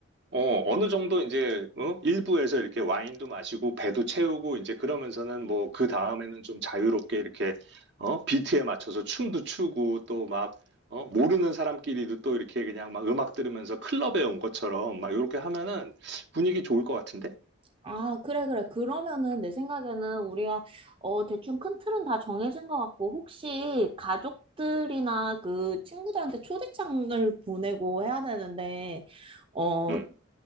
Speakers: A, on the right; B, on the right.
A: 어, 어느 정도 이제, 어? 일부에서 이렇게 와인도 마시고, 배도 채우고, 이제 그러면서는 뭐, 그 다음에는 좀 자유롭게 이렇게, 어? 비트에 맞춰서 춤도 추고, 또 막, 어? 모르는 사람끼리도 또 이렇게 그냥 막 음악 들으면서 클럽에 온 것처럼 막 이렇게 하면은 분위기 좋을 것 같은데?
B: 아, 그래, 그래. 그러면은 내 생각에는 우리가, 어, 대충 큰 틀은 다 정해진 것 같고, 혹시 가족들이나 그 친구들한테 초대장을 보내고 해야 되는데, 어,
A: 음.